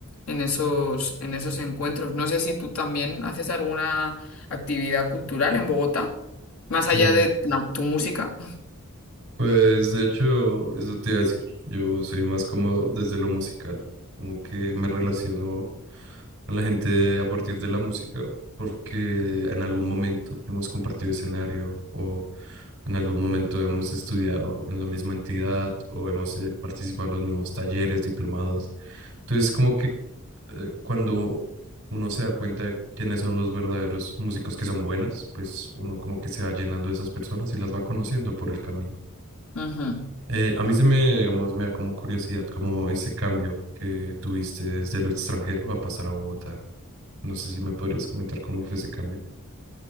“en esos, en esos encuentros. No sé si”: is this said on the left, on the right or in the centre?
Left